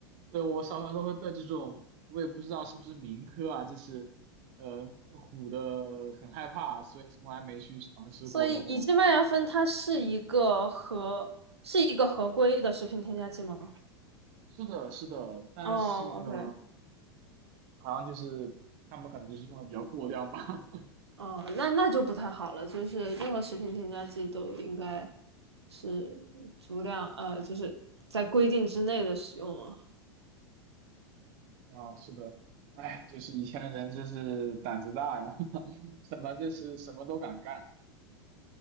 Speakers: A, on the right; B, on the right.
A: 对，我小时候都会被这种，我也不知道是不是民科啊，就是呃唬得很害怕，所以从来没去尝试过这种。
B: 所以乙基麦芽酚它是一个合是一个合规的食品添加剂吗？
A: 是的，是的，但是呢，
B: 哦，OK，
A: 好像就是他们可能就是用的比较过量吧。<laughs>
B: 哦，那那就不太好了，就是任何食品添加剂都应该是足量，呃，就是在规定之内的使用啊。
A: 啊，是的，哎，就是以前的人真是胆子大呀，<laughs> 什么就是什么都敢干。